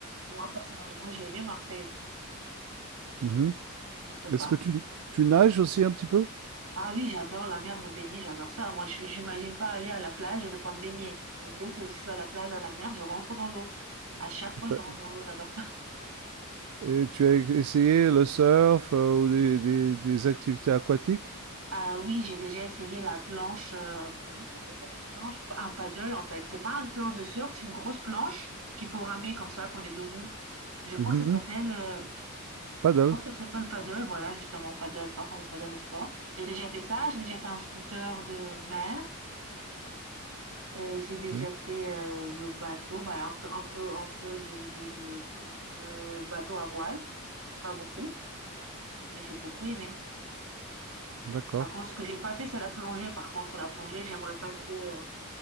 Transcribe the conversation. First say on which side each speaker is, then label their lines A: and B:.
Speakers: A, on the right; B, on the right.
A: Moi, personnellement, j'ai aimé Marseille.
B: Mhm.
A: Je sais
B: Est-ce
A: pas.
B: que tu, tu nages aussi un petit peu?
A: Ah oui, j'adore la mer, me baigner, j'adore ça. Moi, je- j'imagine pas aller à la plage et ne pas me baigner. Bon, Dès que je suis à la plage, à la mer, je rentre dans l'eau. À chaque fois, je
B: Ça-
A: rentre dans l'eau, j'adore ça.
B: Et tu as e- essayé le surf euh, ou des, des- des activités aquatiques?
A: Ah oui, j'ai déjà essayé la planche, heu, comment ça s'appelle? Planche un paddle en fait, c'est pas une planche de surf, c'est une grosse planche qu'il faut ramer comme ça qu'on est debout. Je crois
B: Mhm.
A: que ça s'appelle, heu,
B: Paddle,
A: je crois que ça s'appelle paddle, voilà justement paddle, pas comme le paddle de sport. J'ai déjà fait ça, j'ai déjà fait un scooter de mer et j'ai déjà
B: oui,
A: fait, heu, le bateau, bah, un peu un peu un peu du du du, heu, bateau à voile, pas beaucoup, mais j'ai beaucoup aimé.
B: d'accord.
A: Par contre, ce que j'ai pas fait, c'est la plongée. Par contre, la plongée, j'aimerais pas trop, heu